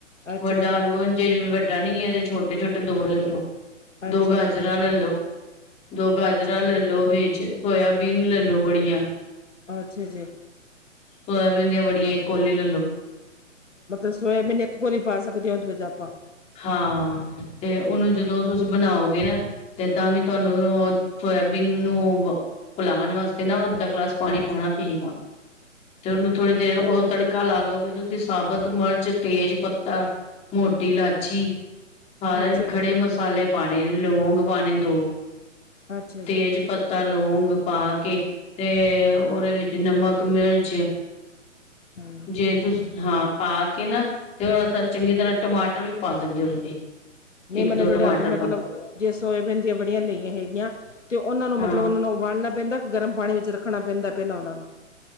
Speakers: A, on the left; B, on the left.
A: ਅੱਛਾ
B: ਵੱਡਾ
A: ਜੀ
B: ਆਲੂ ਜੇ ਵੱਡਾ ਨੀਂ ਐ ਤੇ ਛੋਟੇ-ਛੋਟੇ ਦੋ ਲੱਲੋ।
A: ਅੱਛਾ
B: ਦੋ ਗਾਜਰਾਂ
A: ਜੀ
B: ਲੱਲੋ ਦੋ ਗਾਜਰਾਂ
A: ਅੱਛਾ ਜੀ
B: ਲੱਲੋ ਵਿੱਚ। ਸੋਇਆਬੀਨ ਲੱਲੋ, ਵੜੀਆਂ।
A: ਅੱਛਾ ਜੀ।
B: ਸੋਇਆਬੀਨ ਦੀਆਂ ਵੜੀਆ ਇੱਕ ਕੋਲੀ ਲੱਲੋ।
A: ਮਤਲਬ ਸੋਇਆਬੀਨ ਇੱਕ ਕੋਲੀ ਪਾ ਸਕਦੇ ਔਂ <unintelligible> ਆਪਾਂ।
B: ਹਾਂ ਤੇ ਓਨੂੰ ਜਦੋਂ ਤੁਸੀਂ ਬਣਾਓਗੇ ਨਾਂ ਤੇ ਤਾਂ ਵੀ ਤੁਆਨੂੰ ਅ ਸੋਆਬੀਨ ਨੂੰ ਓਬਾ ਫਲਾਣ ਵਾਸਤੇ ਨਾਂ ਅੱਧਾ ਗਲਾਸ ਪਾਣੀ ਪਾਣਾ ਪੇਗਾ। ਤੇ ਓਨੂੰ ਥੋੜ੍ਹੀ ਦੇਰ ਓ ਤੜਕਾ ਲਾ ਲੋਗੇ ਤੁਸੀਂ, ਸਾਬਤ ਮਿਰਚ, ਤੇਜ ਪੱਤਾ ਮੋਟੀ ਲਾ ਚੀ। ਸਾਰੇ
A: ਅੱਛਾ
B: ਖੜੇ
A: ਜੀ
B: ਮਸਾਲੇ ਪਾਣੇ, ਲੋਂਗ ਪਾਣੇ ਦੋ।
A: ਅੱਛਾ
B: ਤੇਜ
A: ਜੀ
B: ਪਤ ਪੱਤਾ, ਲੋਂਗ ਪਾ ਕੇ ਤੇ ਉਦੇ ਵਿੱਚ ਨਮਕ, ਮਿਰਚ
A: ਹਂ।
B: ਜੇ ਤੁਸ ਹਾਂ ਪਾ ਕੇ ਨਾਂ ਤੇ ਓਸਲ ਚੰਗੀ ਤਰ੍ਹਾਂ ਟਮਾਟਰ ਵੀ ਪਾ ਸਕਦੇ ਓ ਤੁਸੀਂ।
A: ਨੇਅ
B: ਇੱਕ
A: ਮਲਬ
B: ਦੋ
A: ਜੇੜੇ
B: ਟਮਾਟਰ
A: ਆਪਾਂ ਮਤਲਬ
B: ਪਾ
A: ਜੇ ਸੋਏਬੀਨ ਦੀਆਂ ਵੜੀਆਂ ਲਈਆਂ ਹੈਗੀਆਂ ਤੇ ਓਨਾਂ ਨੂੰ
B: ਹਾਂ
A: ਮਤਲਬ ਓਨਾਂ ਨੂੰ ਉਬਾਲਣਾ ਪੈਂਦਾ ਕ ਗਰਮ ਪਾਣੀ ਵਿੱਚ ਰੱਖਣਾ ਪੈਂਦਾ, ਪੇਲਾਂ ਓਨਾਂ ਨੂੰ?